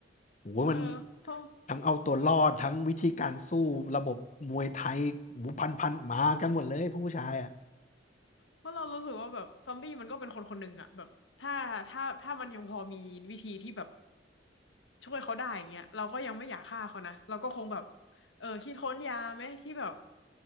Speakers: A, on the left (about 40°); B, on the left (about 80°).
A: โอ้โหมัน
B: เออเพราะ
A: ทั้งเอาตัวรอดทั้งวิธีการสู้ระบบมวยไทยโอ้โหพันพันมากันหมดเลยพวกผู้ชายอ่ะ
B: เพราะเรารู้สึกว่าแบบซอมบี้มันก็เป็นคนคนหนึ่งอะแบบถ้าถ้าถ้ามันยังพอมีวิธีที่แบบช่วยเขาได้อย่างเงี้ยเราก็ยังไม่อยากฆ่าเขานะเราก็คงแบบเออคิดค้นยาไหมที่แบบ